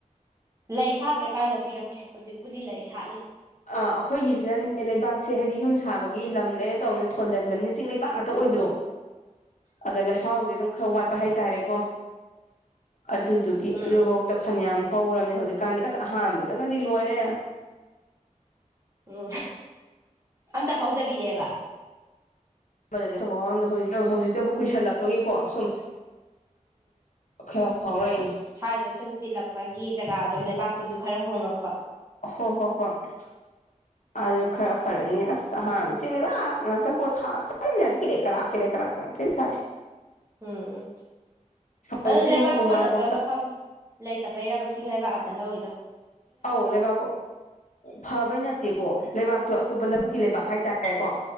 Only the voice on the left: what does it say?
ꯑ ꯑꯩꯈꯣꯏꯒꯤꯁꯤꯅꯅꯦ
ꯂꯩꯕꯥꯛꯁꯦ ꯍꯥꯏꯗꯤ ꯌꯨꯝ ꯁꯥꯕꯒꯤ ꯂꯝ ꯂꯩꯔ ꯇꯧꯅ ꯊꯣꯟꯗꯟꯕꯅꯤꯅ ꯆꯤꯡ ꯂꯩꯕꯥꯛ ꯉꯥꯛ ꯍꯇ ꯑꯣꯏꯕꯗꯣ ꯑꯗ ꯂꯩꯍꯥꯎꯁꯦ ꯑꯗꯨꯝ ꯈꯔ ꯋꯥꯠꯄ ꯍꯥꯏꯇꯥꯔꯦꯀꯣ ꯑꯗꯨꯗꯨꯒꯤ
ꯑꯗꯨꯐꯧꯗ ꯐꯅꯌꯥꯝ ꯍꯧꯔꯝꯅꯤ ꯍꯧꯖꯤꯛꯀꯥꯟꯗꯤ ꯑꯁ ꯑꯍꯥꯟꯕꯗꯒꯗꯤ ꯂꯣꯏꯔꯦ
ꯊꯕꯛꯔꯝꯗ ꯍꯧ ꯍꯧꯖꯤꯛꯇꯕꯨ ꯀꯨꯏꯁꯜꯂꯛꯄꯒꯤꯀꯣ ꯁꯨꯝ ꯈꯔ ꯐꯥꯏꯔꯛꯏꯅꯤ
ꯍꯣ ꯍꯣ ꯍꯣꯏ ꯑꯗꯨ ꯈꯔ ꯐꯔꯛꯏꯅꯦ ꯑꯁ ꯑꯥꯟ ꯆꯤꯡꯕ ꯉꯣ <inaudible>
ꯍꯧꯖꯤꯛꯇꯤ
ꯑꯗꯨꯝ
ꯈꯣꯡꯕꯥꯟ
ꯀꯣꯈꯠ
ꯑꯧ ꯂꯩꯕꯥꯛꯀꯣ ꯐꯕꯩ ꯅꯠꯇꯦꯀꯣ ꯂꯩꯕꯥꯛꯇꯣ ꯑꯇꯣꯞꯄ ꯂꯧꯕꯨꯛꯀꯤ ꯂꯩꯕꯥꯛ ꯍꯥꯏꯇꯥꯔꯦꯀꯣ